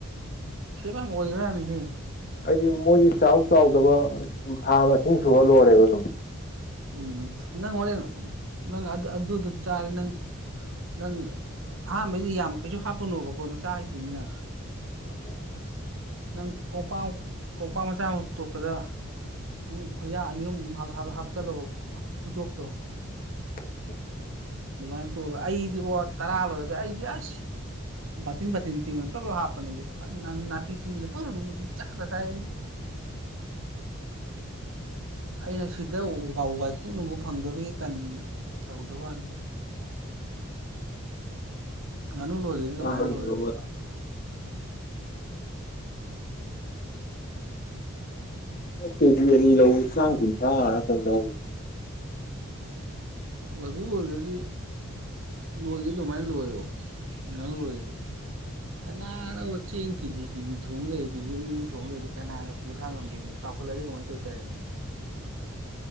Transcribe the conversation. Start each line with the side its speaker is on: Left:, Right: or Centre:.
Right: ꯁ‌ꯦꯞ ꯌꯥꯝ ꯑꯣꯏꯒ꯭ꯔꯥꯅꯤꯍꯦ
Left: ꯑꯩꯗꯤ ꯃꯣꯏꯗꯤ ꯆꯥꯎ ꯆꯥꯎꯗꯕ ꯊꯥ ꯃꯁꯤꯡ ꯁꯨꯔ ꯂꯣꯏꯔꯦꯕ ꯑꯗꯨꯝ
Right: ꯎꯝ ꯅꯪ ꯍꯣꯔꯦꯟ ꯅꯪ ꯑꯗꯨ ꯑꯗꯨꯗꫭ ꯆꯥꯔꯗꯤ ꯅꯪ ꯅꯪ ꯑꯍꯥꯟꯕꯩꯗꯤ ꯌꯥꯝ ꯀꯩꯁꯨ ꯍꯥꯞꯄꯨꯅꯣꯕꯀꯣ ꯆꯥ ꯍꯩꯇ꯭ꯔꯤꯃꯤꯅ
Left: ꯑ
Right: ꯅꯪ ꯀꯣꯡꯄꯥꯛ ꯀꯣꯝꯄꯥꯛ ꯃꯆꯥ ꯑꯃ ꯇꯣꯠꯄꯗ ꯎ ꯈꯨꯌ ꯍꯥꯞ ꯆꯂꯣ ꯈꯣꯖꯣ ꯇꯣ
Left: ꯑꯣ
Right: ꯑꯗꯨꯃꯥꯏꯅ ꯇꯣꯠꯂꫭ ꯑꯩꯗꯤꯕꯣ ꯇꯔꯥ ꯂꯣꯏꯔꯗꯤ ꯑꯩꯗꯤ ꯑꯁ ꯕꯠ ꯇꯤꯟꯕ ꯇꯤꯟꯅ ꯇꯤꯟꯅꯤ꯭ꯔꯣꯕ꯭ꯂꯂꯦꯝ ꯍꯥꯄꯅꯤ ꯑꯗꯨ ꯅ ꯁꯤꯗ ꯄꯗ ꯁꯥꯕ ꯑꯩꯅ ꯁꯤꯗ ꯎ ꯋꯥꯏꯀꯨꯞ ꯅꯨꯡꯉ ꯐꯪꯗꯕꯒꯤ ꯇꯟꯅ ꯇꯧꯗꯕꯅꯤ ꯉꯥꯅꯨ ꯂꯣꯏꯒꯦꯗꯤ ꯑꯗꯨꯃꯥꯏꯅ
Left: ꯅꯃ
Right: ꯂꯣꯏꯔꯦ
Left: <inaudible> ꯀꯦꯖꯤ ꯑꯅꯤ ꯂꯧꯏꯤ ꯆꯥꯝ ꯀꯨꯟꯊ꯭ꯔꯥ ꯉꯛꯇ ꯂꯧꯏꯅꯦ
Right: ꯋꯥꯒꯨ ꯑꯣꯏꯗꯗꯤ ꯂꯣꯏꯒꯦ ꯑꯗꯨꯃꯥꯏꯅ ꯂꯣꯏꯣ ꯅꯉ ꯑꯣꯏꯔꯗꯤ ꯀꯅꯥꯅꯕꯨ ꯆꯦꯡ ꯀꯦꯖꯤ ꯀꯦꯖꯤ ꯊꯣꯡ꯭ꯔꯦ ꯀꯦꯖꯤ ꯑꯅꯤ ꯑꯅꯤ ꯊꯣꯡ꯭ꯔꯦ ꯀꯅꯥꯅ ꯄꯨꯨ ꯊꯥꯡ ꯉꯝꯗꯦꯅꯣ ꯆꯥꯎꯈꯠꯂꯛ ꯀ ꯀꯃꯥꯏ ꯇ ꯎꯦꯅ
Left: <unintelligible>